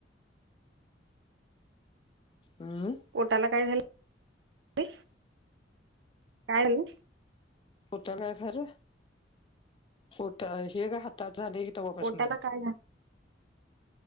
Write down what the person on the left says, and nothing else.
हम्म
होठ आहे कारे होठाला काय झाले? तवा प्रश्न
आहे